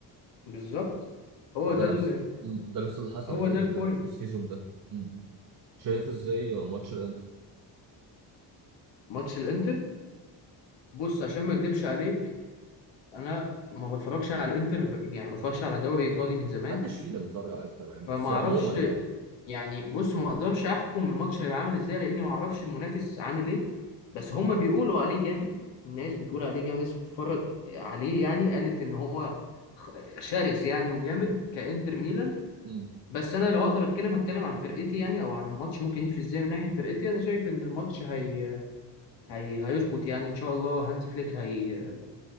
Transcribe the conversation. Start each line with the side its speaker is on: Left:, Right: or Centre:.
Left: بالظبط هو
Right: وده
Left: ده
Right: نفس
Left: ال...
Right: مم، ده نفس اللي حصل
Left: هو
Right: يعني
Left: ده
Right: ال-
Left: البوينت
Right: السيزون ده مم. شايف ازاي ماتش الانتر
Left: ماتش الانتر بص عشان ما اكدبش عليك انا ما بتفرجش على الانتر يعني ما بتفرجش على دوري ايطالي من زمان
Right: محدش فينا بيتفرج على انتر يعني
Left: فما
Right: بس
Left: اعرفش
Right: عموما يعني
Left: يعني بص ما اقدرش احكم الماتش هيبقى عامل ازاي لاني ما اعرفش المنافس عامل ايه بس هما بيقولوا عليه جامد الناس بتقول عليه جامد الناس بتتفرج عليه يعني قالت ان هو خ- شرس يعني وجامد كانتر ميلان
Right: امم
Left: بس انا لو اقدر اتكلم هتكلم عن فرقتي يعني او عن الماتش ممكن يمشي ازاي من ناحيه فرقتي انا شايف ان الماتش هي... هي... هيظبط يعني ان شاء الله هانز فليك هي...